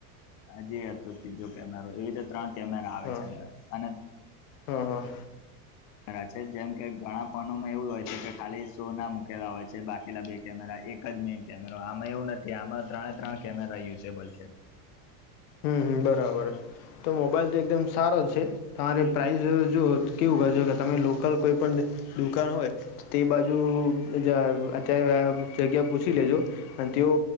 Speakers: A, on the left (about 35°); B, on the left (about 75°).
A: આજી હતો ત્રીજો કેરો એવી રીતે ત્રણ કેમેરા આવે
B: હા
A: છે ને અને
B: હા, હા.
A: ઘણા છે જેમ કે ઘણા ફોનોમાં એવું હોય છે કે ખાલી શો ના મુૂકેલા હોય છે બાકીલા બે કેમેરા એક એક જ મેન કેમેરો આમાં એવું નથી આમાં ત્રણે ત્રણ કેમેરા યુઝેબલ છે.
B: હમ્મ, હમ્મ બરાબર. તો મોબાઈલ તો એકદમ સારો છે. તમારે પ્રાઇસ જો કેવું કરજો કે તમે લોકલ કોઈ પણ દુકાન હોય તે બાજુ જા અત્યારે આ જગ્યા પૂછી લેજો અને તેઓ